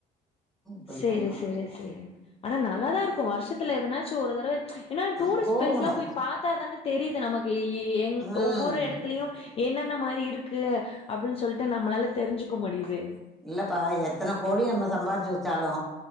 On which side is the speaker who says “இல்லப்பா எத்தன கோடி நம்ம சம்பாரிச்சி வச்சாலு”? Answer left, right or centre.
Centre